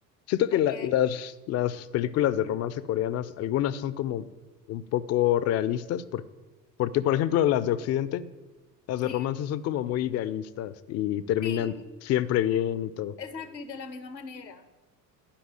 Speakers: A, on the left; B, on the left.
A: Siento que
B: ok,
A: la- las, las películas de romance coreanas, algunas son como un poco realistas, por- porque, por ejemplo, las de Occidente, las
B: sí,
A: de romance son como muy idealistas y terminan
B: sí,
A: siempre bien y todo.
B: exacto, y de la misma manera.